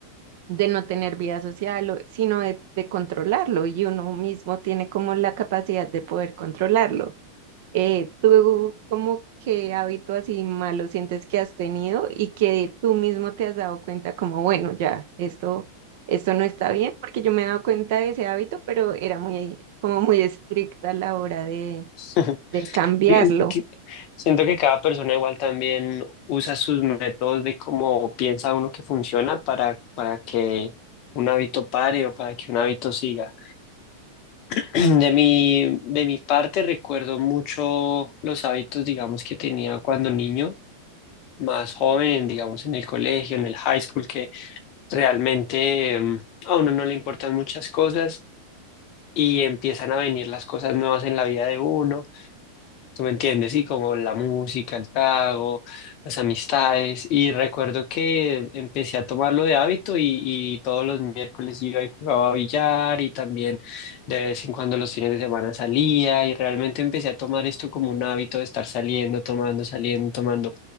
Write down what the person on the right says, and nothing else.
de no tener vida social, o- sino de, de controlarlo y uno mismo tiene como la capacidad de poder controlarlo. Eh, ¿tú como que hábito así malo sientes que has tenido y que tú mismo te has dado cuenta como, bueno, ya, esto, esto no está bien? Porque yo me he dado cuenta de ese hábito, pero era muy, como muy estricta a la hora de,
de cambiarlo.